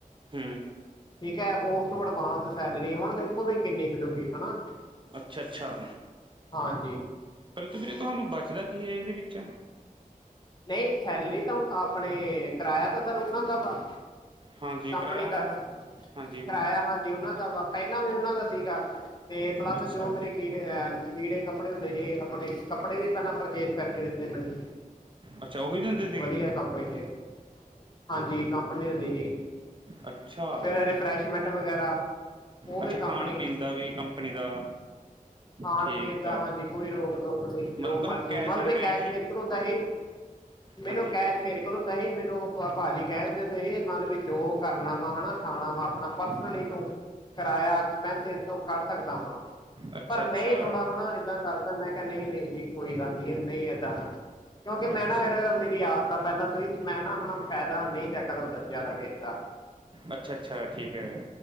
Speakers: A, on the right (about 35°); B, on the left (about 30°).
A: ਹਮ
B: ਠੀਕ ਐ ਉਸ ਤੋਂ ਅਡਵਾਂਸ ਸੈਲਰੀ ਹੁਣ ਵੇਖੋ ਵੀ ਕਿੰਨੀ ਮਿਲੂਗੀ ਹਨਾ।
A: ਅੱਛਾ ਅੱਛਾ,
B: ਹਾਂਜੀ
A: ਪਰੰਤੂ ਵੀਰੇ ਤੁਹਾਨੂੰ ਬਚਦਾ ਕੀ ਐ ਇਹਦੇ ਵਿੱਚ।
B: ਨਹੀਂ ਸੈਲਰੀ ਤਾਂ ਆਪਣੇ ਕਿਰਾਇਆ ਤਾਂ ਸਰ ਉਹਨਾਂ ਦਾ ਵਾ
A: ਹਾਂਜੀ
B: ਕੰਪਨੀ
A: ਕਿਰਾਇਆ ਉਹਨਾਂ
B: ਦਾ
A: ਹਾਂਜੀ
B: ਕਰਾਇਆ ਹਾਜ ਉਹਨਾਂ ਦਾ ਵਾ ਪਹਿਲਾਂ ਵੀ ਉਹਨਾਂ ਦਾ ਸੀਗਾ ਤੇ ਪਲੱਸ
A: ਅੱਛਾ
B: ਜੋ ਮੇਰੇ ਕੀੜੇ ਅਹ ਲੀੜੇ- ਕੱਪੜੇ ਹੁੰਦੇ ਹੀ ਆਪਣੇ ਕੱਪੜੇ ਵੀ ਪਹਿਲਾਂ ਪਰਚੇਜ ਕਰਕੇ ਦਿੱਤੇ ਮੈਨੂੰ।
A: ਅੱਛਾ ਉਵੀ ਦਿੰਦੇ। ਸੀਗੇ
B: ਵਧੀਆ ਕੰਪਨੀ ਦੇ, ਹਾਂਜੀ ਕੰਪਨੀ ਦੇਦੀ ਜੀ।
A: ਅੱਛਾ
B: ਫਰੇ ਫਰੈਸ਼ਮੈਟ ਵਗੈਰਾ। ਉਹ ਵੀ
A: ਅੱਛਾ
B: ਕੰਪਨੀ
A: ਖਾਣ-ਪੀਣ ਦਾ ਵੀ ਕੰਪਨੀ ਦਾ।
B: ਖਾਣ-
A: ਠੀਕ
B: ਪੀਣ ਦਾ
A: ਆ
B: ਹਾਂਜੀ ਕੋਈ ਰੋਕ -ਟੋਕ ਨੀ
A: ਮਤਲਬ
B: ਜੋ
A: ਤੁਹਾਨੂੰ
B: ਮਰਜੀ, ਮੰਤਲਬ
A: ਇਨ
B: ਇਹ
A: ਹੈਂਡ
B: ਕੈਸ਼
A: ਹੀ
B: ਮੇਰੇ ਕੋਲ ਹੁਦਾ
A: ਹਾਂਜੀ
B: ਹੀ ਮੈਨੂੰ
A: ਹਾਂਜੀ
B: ਕੈਸ਼ ਮੇਰੇ ਕੋਲ ਹੁੰਦਾ ਹੀ, ਮੈਨੂੰ ਭਾਜੀ ਕਹਿਣ ਦਿੰਦੇ ਹੀ ਮੰਨਲਬ ਵੀ ਜੋ ਕਰਨਾ ਵਾ ਹਨਾ ਖਾਣਾ ਵਾ ਆਪਣਾ ਪਰਸ
A: ਹਾਂ
B: ਲਈ ਤੂ ਕਿਰਾਇਆ ਐਕਸਪੈਂਸ ਤੋਂ ਕੱਢ ਸਕਦਾ ਵਾਂ,
A: ਅੱਛਾ
B: ਪਰ
A: ਅੱਛਾ
B: ਮੈਂ ਥੋੜਾ ਹਨਾ। ਇਏਦਾਂ ਕਰਦਾ ਹੁਨਾ ਕਿ ਨਈ- ਨਈ ਜੀ ਕੋਈ ਗੱਲ ਨੀ ਨਹੀਂ ਏਦਾਂ, ਕਿਉਂਕਿ ਮੈਂ
A: ਅੱਛਾ
B: ਨਾ ਯਾਰ ਮੇਰੀ ਆਯਤ ਤਾਂ ਪਹਿਲਾਂ ਤੋਂ ਈ ਮੈਂ ਨਾ ਹੁਣਾ ਫਾਇਦਾ ਨਹੀਂ ਚੈੱਕਦਾ ਹੁੰਦਾ ਜ਼ਿਆਦਾ ਕਿਸੇ ਦਾ।
A: ਅੱਛਾ ਅੱਛਾ ਠੀਕ ਐ।